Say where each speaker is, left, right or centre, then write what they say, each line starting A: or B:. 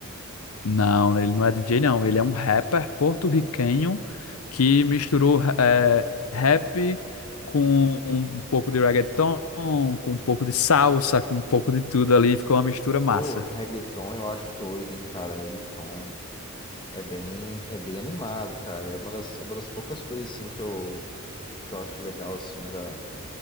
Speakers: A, on the left; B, on the left.
A: Não, ele não é DJ, não. Ele é um rapper porto-riquenho que misturou eh, rap com um pouco de reggaeton, com um pouco de salsa, com um pouco de tudo ali. Ficou uma mistura massa.
B: Ô, reggaeton eu acho doido, hein, cara. Reggaeton é bem, é bem animado, cara. É uma das, é uma das poucas coisas, assim, que eu, que eu acho legal, assim, da,